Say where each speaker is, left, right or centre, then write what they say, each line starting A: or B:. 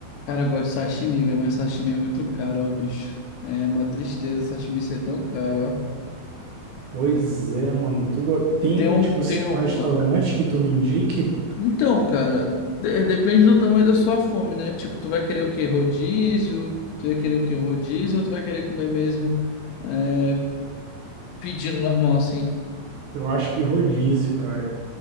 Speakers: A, on the left; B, on the right.
A: Cara, eu gosto de sashimi, velho, mas sashimi é muito caro, ó, bicho. É uma tristeza sashimi ser tão caro, ó.
B: Pois é, mano. Tu go- tem,
A: Tem um.
B: tipo, assim,
A: Tem um...
B: um restaurante
A: ó,
B: que tu me indique?
A: Então, cara, de- depende do tamanho da sua fome, né? Tipo, tu vai querer o quê? Rodízio? Tu vai querer o quê? Um rodízio? Ou tu vai querer comer mesmo é, pedindo normal, assim?
B: Eu acho que rodízio, cara.